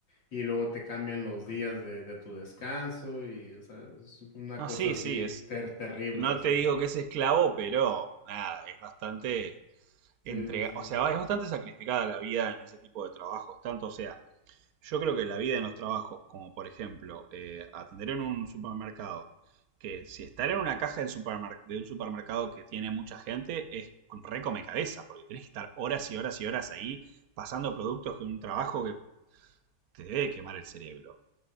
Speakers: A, on the left; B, on the right.
A: y luego te cambian los días de, de tu descanso y, o sea, es una
B: No,
A: cosa
B: sí,
A: así
B: sí, es,
A: ter- terrible,
B: no
A: o sea,
B: te digo que es esclavo, pero nada, es bastante
A: sí,
B: entrega,
A: sí, sí,
B: o sea, es bastante sacrificada la vida en ese tipo de trabajos, tanto sea Yo creo que la vida en los trabajos, como por ejemplo eh, atender en un supermercado, que si estar en una caja del supermer- de un supermercado que tiene mucha gente es un re come cabeza, porque tenés que estar horas y horas y horas ahí pasando productos que un trabajo que te debe quemar el cerebro.